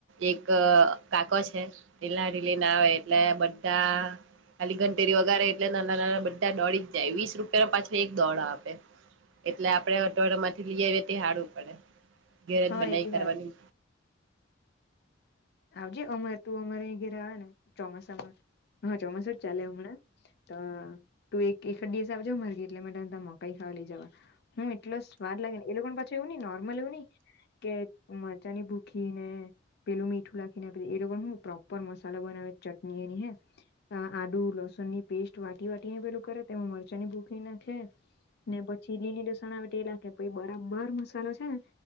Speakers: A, on the right; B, on the left.
A: એક અ કાકો છે હીલા ઢીલી ના આવે એટલે બધા ખાલી ઘંટેેરી વગાડે એટલે નાના નાના બધા દોડી જ જાય વીસ રૂપિયા ના પાછો એક દોડા આપે એટલે આપડે અટળ માંથી લઈ આવીએ તે હારુ પડે ઘેર જ
B: હા
A: બનાવી
B: એ બિ
A: કરવાની
B: હારુ આવજે અમર તું અમારે અહી ઘરે આવે ને ચોમાસામાં હા ચોમાસુ જ ચાલે હમણાં તો તું એક એકદ દિવસજ મારા ઘરે મારા દાદા મકાઈ ખાવા લઈ જવાના હું એટલો સ્વાદ લઈ એ લોકો ને પાછું એવું ની નોર્મલ એવુંની કે મરચા ની ભૂખી ને પેલું મીઠું રાખીને એ લોકો હું પ્રોપર મસાલા બનાવે ચટણી એની હે આડુ લસણ ની પેસ્ટ વાટી વાટી પેલું કરે તેમાં મરચાની ભૂખી ભૂખી નાખે ને પછી લીલી લસણવાટી એ નાખે પછી બરાબર મસાલો છે ને